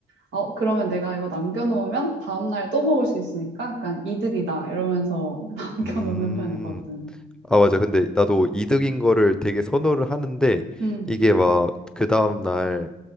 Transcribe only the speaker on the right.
어, 그러면 내가 이거 남겨놓으면 다음날 또 먹을 수 있으니까 약간 이득이다. 이러면서 <laughs>
남겨놓는 편이거든.
음.